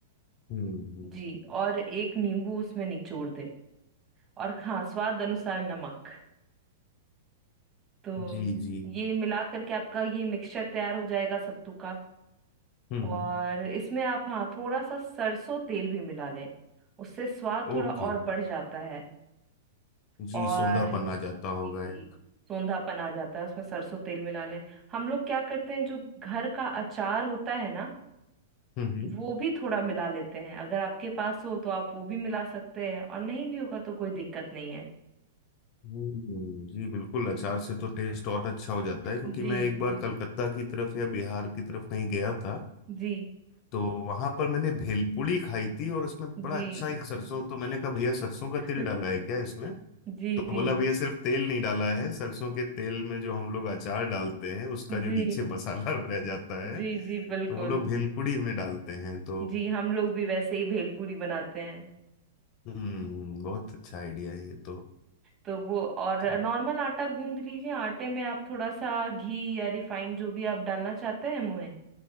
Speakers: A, on the left; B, on the right.
A: हम्म हम्म,
B: जी और एक नींबू उसमें निचोड़ दें और हाँ स्वाद अनुसार नमक तो
A: जी जी
B: ये मिला करके आपका ये मिक्सचर तैयार हो जाएगा सत्तू का
A: हम्म
B: और
A: हम्म
B: इसमें आप हाँ थोड़ा सा सरसों तेल भी मिला लें उससे स्वाद थोड़ा
A: ओके
B: और बढ़ जाता है
A: जी
B: और
A: सोंधापन
B: जी
A: आ जाता होगा
B: जी
A: एक
B: सौंधापन आ जाता है उसमें सरसों तेल मिला लें हम लोग क्या करते हैं जो घर का अचार होता है ना
A: हम्म
B: वो भी थोड़ा मिला लेते हैं अगर आपके पास हो तो आप वो भी मिला सकते हैं और नहीं भी होगा तो कोई दिक्कत नहीं है
A: हम्म, हम्म, जी बिल्कुल
B: <laughs>
A: अचार से तो टेस्ट और अच्छा हो जाता है क्योंकि
B: जी
A: मैं एक
B: जी
A: बार कलकत्ता की तरफ या बिहार की तरफ नहीं गया था
B: जी
A: तो वहां पर मैंने भेलपूरी खाई थी और उसमें
B: जी
A: बड़ा अच्छा एक सरसों तो मैंने कहा भैया सरसों का
B: <laughs>
A: तिल डाला है क्या इसमें
B: जी
A: तो
B: जी
A: बोला भैया सिर्फ तेल नहीं डाला है सरसों के तेल में जो हम लोग अचार डालते हैं उसका जो
B: जी
A: नीचे मसाला <laughs> रह जाता है
B: जी जी बिल्कुल
A: तो वो लोग भेलपुड़ी में डालते हैं तो
B: जी हम लोग भी वैसे ही भेलपूरी बनाते हैं
A: हम्म बहुत अच्छा आइडिया है ये तो
B: तो वो और
A: तो
B: नॉर्मल आटा गूंद लीजिए आटे में आप थोड़ा सा घी या रिफाइंड जो भी आप डालना चाहते हैं मोहन